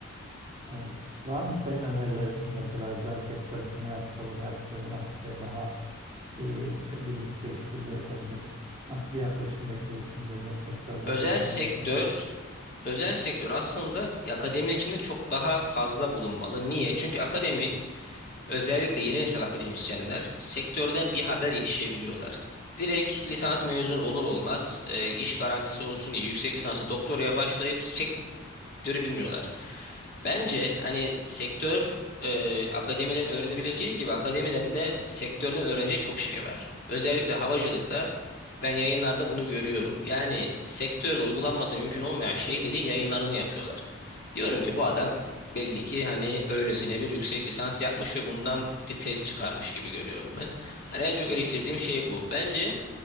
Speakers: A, on the right (about 25°); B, on the left (about 45°).
A: Evet. Var mı senin önerilerin? Mesela özel sektör şunu yapsa bunu yapsa üniversiteye daha iyi ç- birlikte işbirliği yapabilir. Nasıl bir yaklaşım bekliyorsunuz özel sektörden
B: Özel
A: ve
B: sektör,
A: devletten?
B: özel sektör aslında akademi içinde çok daha fazla bulunmalı. Niye? Çünkü akademi, özellikle yeni nesil akademisyenler sektörden bir haber yetişebiliyorlar. Direkt lisans mezun olur olmaz, e, iş garantisi olsun diye yüksek lisansa doktoraya başlayıp sektörü bilmiyorlar. Bence hani sektör e, akademilerin öğrenebileceği gibi akademilerin de sektörden öğreneceği çok şey var. Özellikle havacılıkta ben yayınlarda bunu görüyorum. Yani sektörde uygulanması mümkün olmayan şeylerin yayınlarını yapıyorlar. Diyorum ki bu adam belli ki hani öylesine bir yüksek lisans yapmış ve bundan bir tez çıkarmış gibi görüyorum ben. Hani en çok eleştirdiğim şey bu. Bence